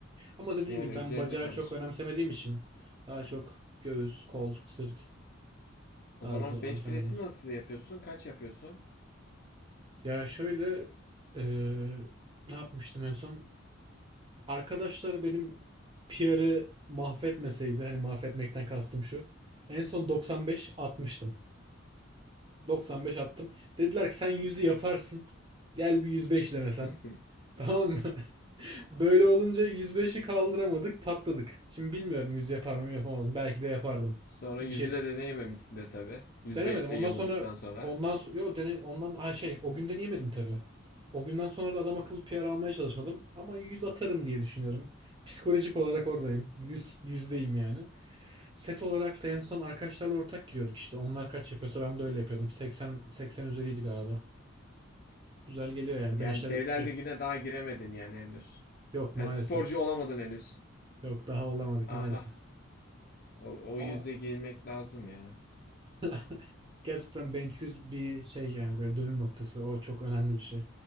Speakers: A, on the right; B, on the left.
A: Ama dediğim
B: Yani
A: gibi
B: üzerinde
A: ben bacağı
B: kalır.
A: çok önemsemediğim için daha çok göğüs, kol, sırt
B: O
A: tarzı
B: zaman bench
A: antrenmanlar.
B: press'i nasıl yapıyorsun? Kaç yapıyorsun?
A: Ya şöyle eee, ne yapmıştım en son? Arkadaşlar benim PR'ı mahvetmeseydi hani mahvetmekten kastım şu. En son 95 atmıştım. 95 attım. Dediler ki sen yüzü yaparsın. Gel bir 105 denesen.
B: <laughs>
A: <laughs> Tamam mı? Böyle olunca yüz beşi kaldıramadık, patladık. Şimdi bilmiyorum 100 yapar mı yapamaz mı. Belki de yapardım.
B: Sonra
A: Bir
B: yüzü
A: şey
B: de deneyememişsindir tabii. 105'te
A: denemedim. Ondan
B: yamulduktan
A: sonra
B: sonra.
A: ondan sonra yo dene ondan ay şey o gün deneyemedim tabii. O günden sonra da adam akıllı PR almaya çalışmadım ama 100 atarım diye düşünüyorum. Psikolojik olarak oradayım. yüz yüzdeyim yani. Set olarak da en son arkadaşlarla ortak giriyorduk işte. Onlar kaç yapıyorsa ben de öyle yapıyordum. 80 80 üzeriydi galiba. Güzel geliyor yani
B: Yani
A: benchler
B: Devler
A: şey,
B: Ligi'ne daha giremedin yani henüz.
A: yok maalesef.
B: Yani sporcu olamadın henüz.
A: Yok daha olamadık
B: Aha.
A: maalesef.
B: O, o
A: Ama
B: yüze girmek lazım ya.
A: <laughs> Gerçekten benchüz bir şey yani böyle dönüm noktası. O çok önemli bir şey.